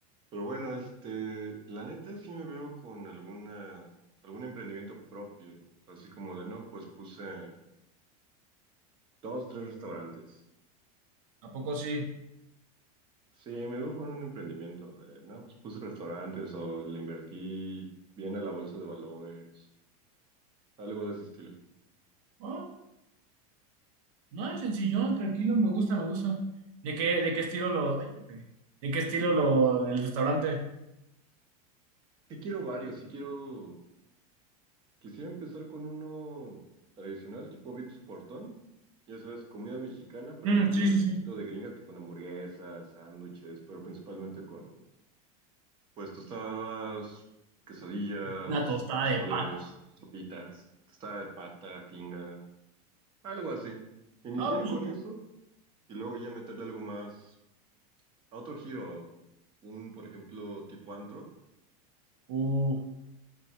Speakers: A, on the right; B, on the right.
A: Pero bueno, este, la neta sí me veo con alguna, algún emprendimiento propio. Así como de no, pues puse dos, tres restaurantes.
B: ¿A poco sí?
A: Sí, me veo con un emprendimiento de no, pues puse restaurantes o le invertí bien a la bolsa de valores. Algo de ese estilo.
B: Oh, no, es sencillón, tranquilo, me gusta, me gusta. ¿De qué, de qué estilo lo, ay, me pegué. ¿De qué estilo lo, el restaurante?
A: Sí quiero varios, sí quiero. Quisiera empezar con uno tradicional, tipo Vips Portón. Ya sabes, comida mexicana, pero
B: Mm,
A: metiéndole
B: sí, sí,
A: poquito
B: sí.
A: de gringa que con hamburguesas, sándwiches, pero principalmente con, pues, tostadas, quesadillas,
B: Una tostada
A: pozoles,
B: de pata.
A: sopitas, tostada de pata, tinga, algo así. Iniciar
B: Ah, pues,
A: con eso y luego ya meterle algo más a otro giro. Un, por ejemplo, tipo antro.
B: uh,